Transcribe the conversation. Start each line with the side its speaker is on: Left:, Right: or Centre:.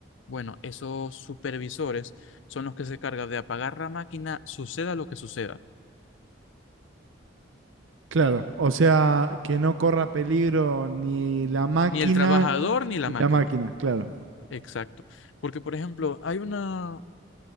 Left: Bueno, esos supervisores son los que se cargan de apagar la máquina, suceda lo que suceda.
Right: claro. O sea, que no corra peligro ni la máquina,
Left: Ni el trabajador ni la
Right: ni
Left: máquina.
Right: la máquina, claro.
Left: Exacto. Porque, por ejemplo, hay una,